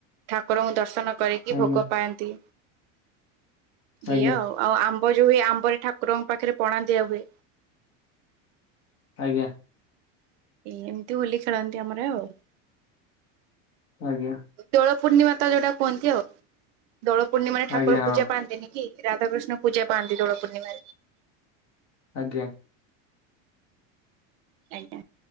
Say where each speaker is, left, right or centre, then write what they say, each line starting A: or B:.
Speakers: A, on the right; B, on the left.
A: ଠାକୁରଙ୍କୁ ଦର୍ଶନ କରିକି
B: ଆଜ୍ଞା
A: ଭୋଗ ପାଆନ୍ତି।
B: ଆଜ୍ଞା।
A: ଏଇଆ ଆଉ ଆଉ ଆମ୍ବ ଯୋଉ ହୁଏ ଆମ୍ବ ରେ ଠାକୁରଙ୍କ ପାଖରେ ପଣା ଦିଆ ହୁଏ।
B: ଆଜ୍ଞା!
A: ଏମିତି ହୋଲି ଖେଳନ୍ତି ଆମର ଆଉ।
B: ଆଜ୍ଞା!
A: ଦୋଳ ପୂର୍ଣ୍ଣିମା ତ ଯୋଉଟା କୁହନ୍ତି ଆଉ ଦୋଳ ପୂର୍ଣ୍ଣିମାରେ ଠାକୁର
B: ଆଜ୍ଞା
A: ପୂଜା
B: ହଁ
A: ପାଆନ୍ତିନି। କି ରାଧାକୄଷ୍ଣ ପୂଜା ପାନ୍ତି ଦୋଳ ପୂର୍ଣ୍ଣିମାରେ।
B: ଆଜ୍ଞା!
A: ଆଜ୍ଞା